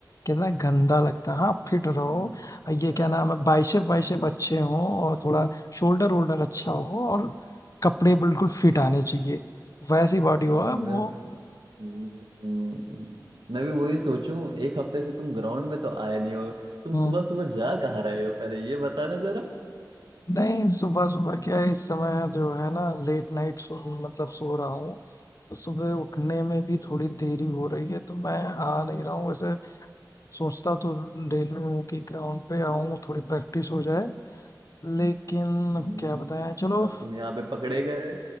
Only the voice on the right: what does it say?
हम्म,
आ,
आ,
आ,
मैं
हम्म, मैं भी वही सोचूं एक हफ्ते से तुम ग्राउंड में तो आए नहीं हो तुम
सुबह सुबह जा कहाँ रहे हो पहले ये बताना जरा
हम्म,
अब तुम यहाँ पे पकड़े गए